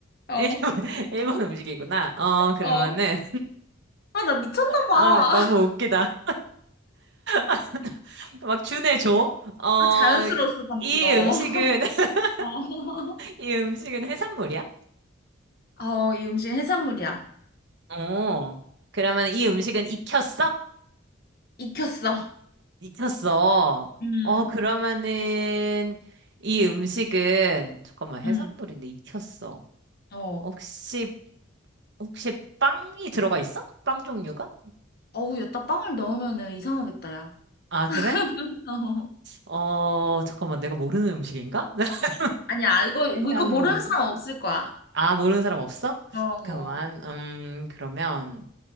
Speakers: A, on the left (about 50°); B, on the right (about 60°).
A: 어,
B: 일, <laughs> 일본 음식이구나. 어, 그러면은,
A: 어. 아, 나 미쳤나 봐.
B: 아, 너무
A: <laughs>
B: 웃기다. <laughs> 막 준해 줘. 어,
A: 아, 자연스러웠어, 방금
B: 이
A: 너.
B: 음식은, <laughs>
A: <laughs> 어.
B: 이 음식은 해산물이야?
A: 어, 이 음식 해산물이야.
B: 어, 그러면 이 음식은 익혔어?
A: 익혔어.
B: 익혔어.
A: 음,
B: 어, 그러면은, 이 음식은, 잠깐만, 해산물인데
A: 음.
B: 익혔어.
A: 어.
B: 혹시 혹시 빵이 들어가 있어? 빵 종류가?
A: 어우, 여기다 빵을 넣으면은 이상하겠다, 야.
B: 아, 그래?
A: <laughs>
B: 어, 잠깐만, 내가 모르는 음식인가? <laughs>
A: 아니야, 이거, 뭐,
B: 해산물은.
A: 이거 모르는 사람 없을 거야.
B: 아, 모르는 사람 없어?
A: 어,
B: 잠깐만,
A: 어.
B: 음, 그러면,